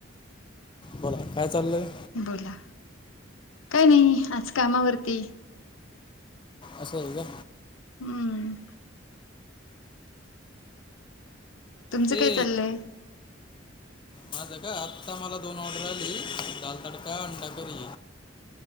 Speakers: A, on the left; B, on the left.
A: बोला, काय चाललंय?
B: बोला. काय नाही आज कामावरती.
A: असं आहे का?
B: हम्म. तुमचं
A: ते
B: काय चाललंय
A: माझ का आता मला दोन ऑर्डर आली. दाल तडका, अंडा करी.